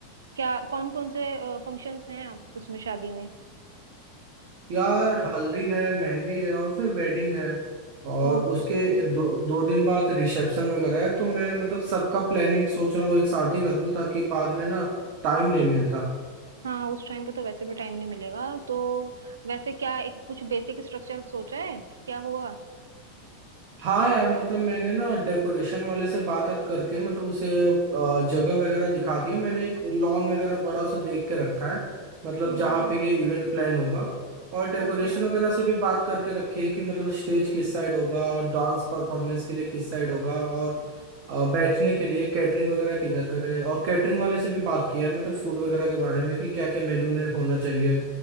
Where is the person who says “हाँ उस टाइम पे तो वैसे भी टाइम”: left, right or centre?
Right